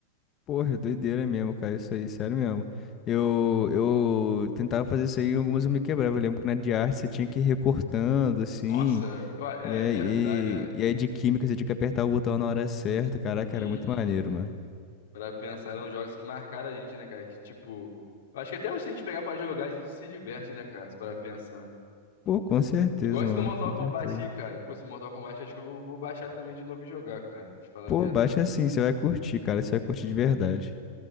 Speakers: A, on the left; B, on the left.
A: Porra, doideira mesmo, cara, isso aí, sério mesmo. Eu, eu tentava fazer isso aí, e algumas eu me quebrava. Eu lembro que na de arte você tinha que ir recortando, assim,
B: nossa, eu, a- é
A: e aí,
B: verdade, né?
A: e aí de química você tinha que apertar o botão na hora certa. Caraca,
B: Uhum.
A: era muito maneiro, mano.
B: Pra pensar, eram jogos que marcaram a gente, né, cara? Que, tipo, eu acho que até hoje se a gente pegar pra jogar, a gente se diverte, né, cara? Para pensar.
A: Pô, com certeza,
B: Igual esse
A: mano,
B: do Mortal
A: com
B: Kombat
A: certeza.
B: aí, cara. Pô, esse do Mortal Kombat acho que eu vou vou baixar também de novo e jogar, cara. Te falar
A: Pô,
B: a verdade.
A: baixa assim, você vai curtir, cara, você vai curtir de verdade.